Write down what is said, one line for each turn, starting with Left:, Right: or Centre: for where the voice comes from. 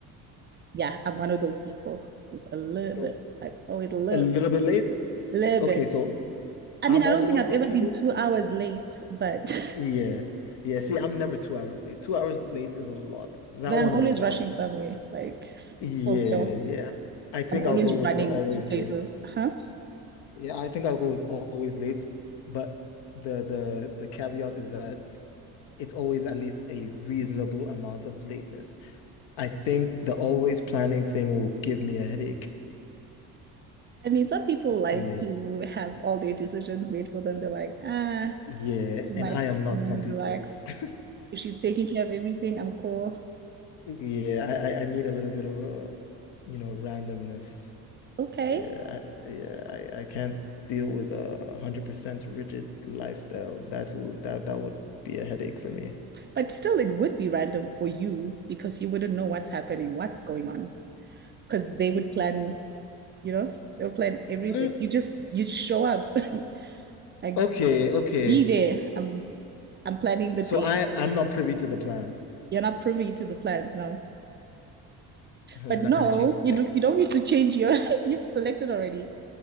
Right: yeah, I'm one of those people who's a little bit
Left: so
Right: like always a little
Left: a little bit
Right: bit,
Left: late.
Right: little
Left: Okay,
Right: bit.
Left: so
Right: I
Left: I'm
Right: mean, I
Left: also
Right: don't think
Left: one
Right: I've
Left: of those
Right: ever
Left: people.
Right: been two hours late, but
Left: Yeah.
Right: <laughs>
Left: Yeah. See, I'm never two hours late. Two hours late is a lot. That
Right: Then
Left: one
Right: I'm always
Left: is a lot.
Right: rushing somewhere, like
Left: Yeah,
Right: for real.
Left: yeah. I think
Right: I'm always
Left: I'll go with
Right: running
Left: the always
Right: to places.
Left: late.
Right: Huh?
Left: Yeah, I think I'll go with always late, but the the the caveat is that it's always at least a reasonable amount of lateness. I think the always planning thing will give me a headache.
Right: I mean, some people like
Left: Yeah.
Right: to have all their decisions made for them. They're like, ah,
Left: Yeah,
Right: too
Left: and
Right: much,
Left: I am not
Right: I'm
Left: some
Right: gonna
Left: people.
Right: relax.
Left: <laughs>
Right: If she's taking care of everything, I'm cool.
Left: Yeah, I I I need a little bit of a, you know, randomness.
Right: Okay.
Left: Yeah, I, yeah, I, I can't deal with a 100% rigid lifestyle. That will that that would be a headache for me.
Right: But still, it would be random for you because you wouldn't know what's happening, what's going on, because they would plan, you know, they'll plan everything.
Left: Mm,
Right: You just, you show up, <laughs> like,
Left: okay, okay.
Right: be there. I'm, I'm planning the
Left: So
Right: date.
Left: I I'm not privy to the plans.
Right: You're not privy to the plans now.
Left: Hmm,
Right: But
Left: That
Right: no,
Left: kind of changes
Right: you
Left: thing.
Right: don't- you don't need to change your <laughs> you've selected already.